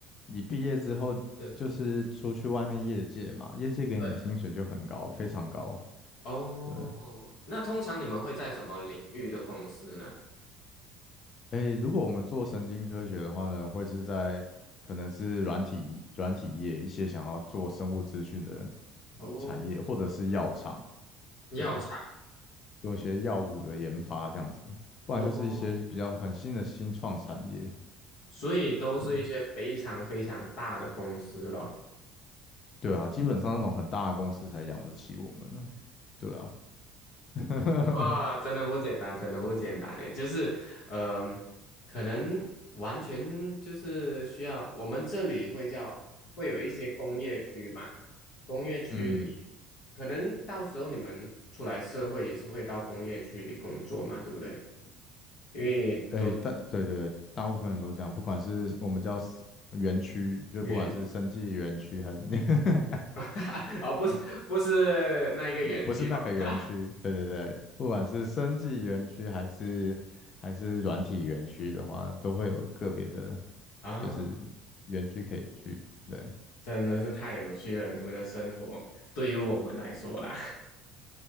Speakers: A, on the left (about 45°); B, on the left (about 70°).
A: 你毕业之后就是出去外面业界嘛，
B: 对
A: 业界给你的薪水就很高，
B: 对，
A: 非常高。
B: 哦，
A: 对，
B: 那通常你们会在什么领域的公司呢？
A: 诶，如果我们做神经科学的话呢，会是在可能是软体软体业一些想要做生物资讯的
B: 哦，
A: 产业，或者是药厂，
B: 药厂
A: 对，用一些药物的研发这样子，不然就是一些比较很新的新创产业，
B: 哦，所以都是一些非常非常大的公司咯。
A: 对，对啊，基本上那种很大的公司才养得起我们呢，对啊，<laughs>
B: 哇，真的不简单，真的不简单诶，就是，嗯、可能完全就是需要我们这里会叫会有一些工业区嘛，工业区里，
A: 嗯，
B: 可能到时候你们出来社会也是会到工业区里工作嘛，对不对？因为都
A: 哎，大对对对大部分人都这样，不管是我们叫 s- 园区，就不管是生技园区还是那个
B: 园
A: <laughs>
B: <laughs> 哦，不是不是那一个园区哦，
A: 不是那个园区，对对对，不管是生技园区还是还是软体园区的话，都会有个别的，
B: 啊，
A: 就是园区可以去。对，
B: 真的是太有趣了，你们的生活对于我们来说啦，